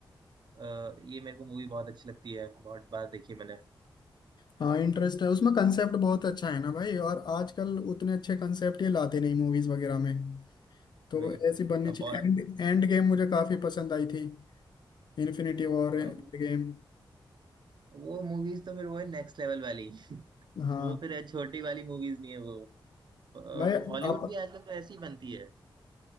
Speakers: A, on the right; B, on the left.
A: अ, ये मेरे को मूवी बहुत अच्छी लगती है बहुत बार देखी है मैंने
B: हाँ इंटरेस्ट है उसमें कंसेप्ट बहुत अच्छा है ना भाई और आजकल उतने अच्छे कंसेप्ट ये लाते नहीं मूवीज वगैरह में तो
A: वही
B: ऐसी बननी
A: अब
B: चाहिए
A: बहुत
B: एंड एंड गेम मुझे काफी पसंद आई थी Infinity War
A: हाँ,
B: Endgame
A: वो मूवीज तो फिर वो है नेक्स्ट लेवल वाली <laughs>
B: हाँ
A: वो फिर छोटी वाली मूवीज नहीं है वो अ,
B: भाई
A: हॉलीवुड
B: आप
A: भी आजकल तो ऐसी ही बनती है